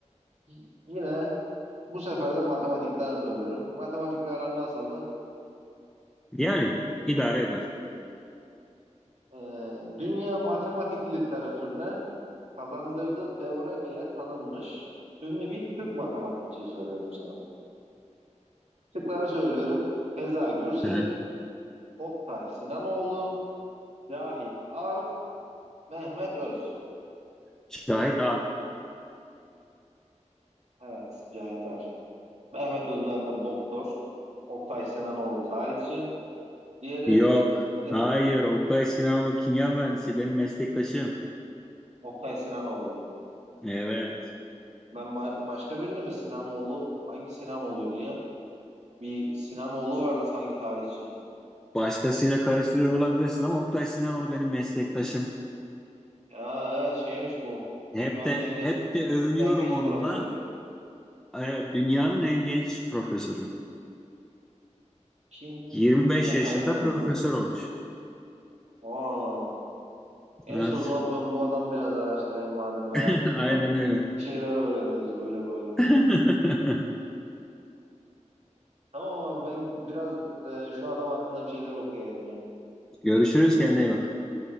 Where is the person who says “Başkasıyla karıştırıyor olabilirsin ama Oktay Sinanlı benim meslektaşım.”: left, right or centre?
Centre